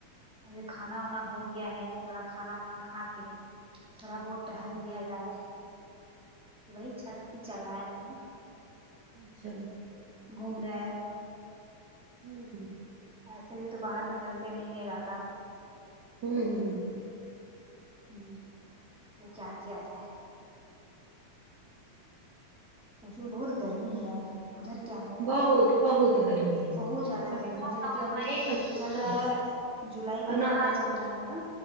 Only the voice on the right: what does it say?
اچھا
ہوں
ہوں ہوں
بہت بہت گرمی ہے
<unintelligible>
<unintelligible>
اتنا